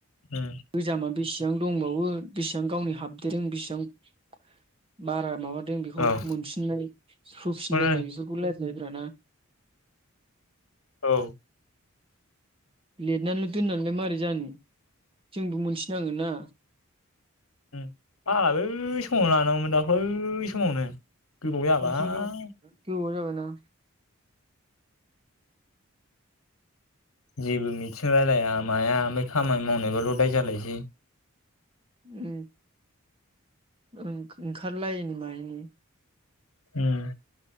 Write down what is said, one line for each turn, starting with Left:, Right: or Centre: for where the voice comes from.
Left: उम
Right: गोजामा बेसे बां दंबावो बेसेबां गावनि हाबदेरदों बेसेबां बारा माबा जों बेखौ
Left: औ
Right: मोनफिननाय होफिननांनाय
Left: खौनो
Right: बेफोरखौ लाय जायोब्रा ना?
Left: औ।
Right: लेदनानैल' दोननानैलाय मा जानो। जोंबो मोनथि नांगोन ना।
Left: उम आंहा बै समावनो लानांगौमोन दाखै समावनो। गोबाव जाबाय
Right: नंखागौ गोबाव जाबाय। हेलौ।
Left: जेबो मिथिं रायलाया माया ओमफ्राय खामानि मावनायबाल' दाय जालायसै।
Right: उम। ओंखारलायैनि मायैनि।
Left: उम